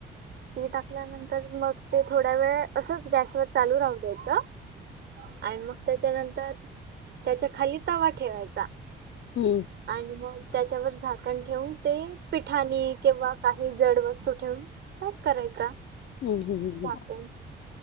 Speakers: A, on the right; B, on the left.
A: ती टाकल्यानंतर मग ते थोड्या वेळ असच गॅसवर चालू राहू द्यायचं. आणि मग त्याच्यानंतर त्याच्या खाली तवा ठेवायचा.
B: हम्म
A: आणि मग त्याच्यावर झाकण ठेवून ते पिठानी किंवा काही जड वस्तू ठेवून पॅक करायचा.
B: हम्म हम्म
A: झाकून
B: हम्म